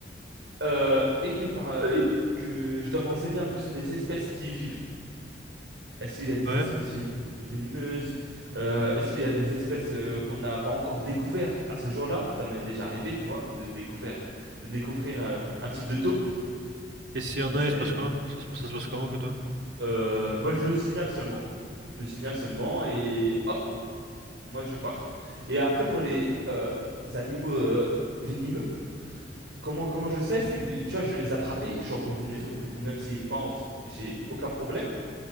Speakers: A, on the right; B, on the right.
A: Euh, et que, par, euh, et que je dois me renseigner un peu sur les espèces qui y vivent. Est-ce qu'il y a des
B: Ouais.
A: espèces veni- venimeuses? Euh, est-ce qu'il y a des espèces euh, qu'on n'a pas encore découvert à ce jour-là? Ça m'est déjà arrivé, tu vois, de découvrir, de découvrir euh, un type de taupe.
B: Et s'il
A: <laughs>
B: y en
A: C'est
B: a, il se passe quoi? Ça se passe, ça se passe comment plutôt?
A: Euh, bah, je le signale seulement. Je le signale seulement et hop, moi je pars. Et après, pour les euh, animaux euh, venimeux, comment, comment je sais? C'est que, tu vois, je vais les attraper. Je suis en combinaison, du coup, même s'ils mordent, j'ai aucun problème.